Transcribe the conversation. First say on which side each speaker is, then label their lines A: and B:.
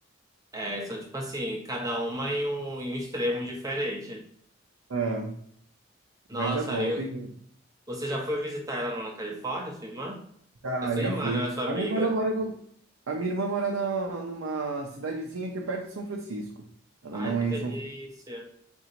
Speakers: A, on the right; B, on the right.
A: É, são tipo assim, cada uma em um, em um extremo diferente.
B: Ah,
A: Nossa,
B: mas é bom,
A: eu...
B: eu tenho,
A: Você já foi visitar ela na Califórnia, sua irmã?
B: já,
A: A sua
B: já
A: irmã,
B: fui.
A: não é a sua amiga.
B: A minha irmã ela mora no, a minha irmã mora na, numa cidadezinha que é perto de São Francisco. Ela
A: Ai,
B: não
A: que
B: é
A: delícia.
B: em São